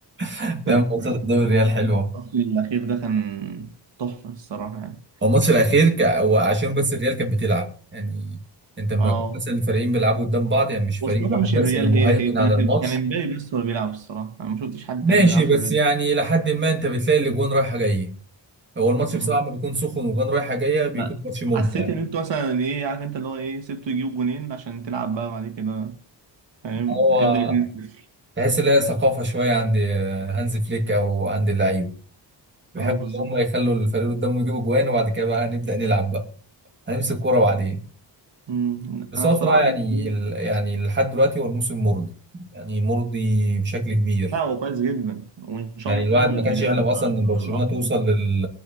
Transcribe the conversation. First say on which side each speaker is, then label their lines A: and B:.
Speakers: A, on the right; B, on the right.
A: <laughs>
B: <laughs>
A: فاهم
B: الماتش
A: ماتشات الدوري الريال حلوه
B: الاخير ده كان تحفة الصراحة يعني
A: هو الماتش الاخير ك... هو عشان بس الريال كانت بتلعب يعني انت لما
B: اه
A: يكون مثلا الفريقين بيلعبوا قدام بعض يعني مش فريق
B: والصراحة
A: واحد
B: مش
A: بس
B: الريال
A: اللي مهيمن
B: هي هي كانت
A: على الماتش
B: كان امبابي بس هو اللي بيلعب الصراحة أنا ما شفتش حد
A: ماشي
B: تاني بيلعب في
A: بس
B: الريال
A: يعني لحد ما انت بتلاقي الاجوان رايحه جايه هو الماتش
B: مم.
A: بصراحة لما بيكون سخن وجوان رايحة جاية بيكون
B: لا
A: ماتش ممتع
B: حسيت
A: يعني
B: إن أنتوا مثلا إيه عارف أنت اللي هو إيه سبته يجيب جونين عشان تلعب بقى بعد كده فاهم
A: هو
B: ابدأ 2-0
A: تحس إن هي ثقافة شوية عند هانز فليك أو عند اللعيبة بيحبوا
B: أه بالظبط
A: إن هم يخلوا الفريق اللي قدامهم يجيبوا جوان وبعد كده بقى نبدأ نلعب بقى هنمسك كورة بعدين
B: مم.
A: بس
B: أنا
A: هو
B: الصراحة
A: بصراحة يعني
B: بالنسبة لي-
A: ال... يعني لحد دلوقتي هو الموسم مرضي يعني مرضي بشكل كبير
B: لا هو كويس جدا وإن شاء
A: يعني
B: الله
A: الواحد
B: اللي
A: ما كانش
B: جاي
A: يحلم
B: هيبقى
A: اصلا ان برشلونه
B: أفضل
A: توصل لل...